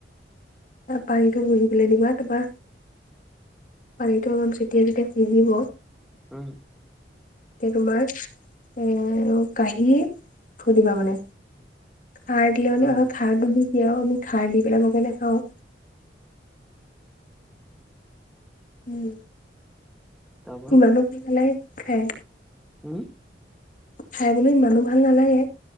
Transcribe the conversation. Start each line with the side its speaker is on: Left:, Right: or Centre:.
Left: পানীটো শহি পেলাই দিবা তাপা পানীটো অলপ চতিয়াই চতিয়াই শুহিব
Centre: উম।
Left: তে তোমাৰ এ আৰু কাহি সুধিবা মানে খাৰ দিলে
Centre: উম,
Left: মানে খাৰটো দি দিয়া আৰু আমি খাৰ দি পেলাইও খাওঁ। উম,
Centre: তাৰপা
Left: ইমানো ভাল পালে খাই।
Centre: উম।
Left: খাই বলো ই ইমানো ভাল নালাগে।